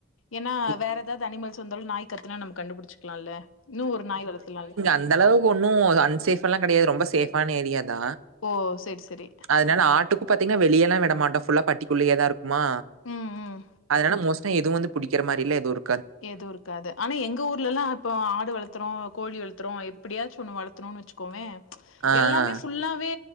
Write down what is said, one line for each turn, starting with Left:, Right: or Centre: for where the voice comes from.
Left: ஏனா
Right: இ
Left: வேற எதாவ்து அனிமல்ஸ் வந்தாலு நாய் கத்துனா நம்ம கண்டுபுடிச்சிக்லால்ல இன்னு ஒரு நாய் வளத்துலால்ல
Right: அந்தளவுக்கு ஒன்னு அன்சேஃப் எல்லா கெடையாது ரொம்ப சேஃபான ஏரியா தா
Left: ஓ சேர் செரி
Right: அதுனால ஆட்டுக்கு பாத்தீங்னா வெளியெல்லா விட மாட்டோ ஃபுல்லா பட்டிக்குள்ளயே தா இருக்குமா
Left: ம் ம்
Right: அதுனால மோஸ் டா எது வந்து புடிக்கற மாரில்லா எது இரு
Left: ஏதோருக் காது ஆனா எங்க ஊர்லலா இப்போ ஆடு வளத்துறோ கோழி வளத்துறோ எப்படியாச்சு ஒன்னு வளத்துணுன்னு வச்சுக் கோமே
Right: ஆ,
Left: எல்லாமே
Right: ஆ.
Left: ஃபுல்லாவே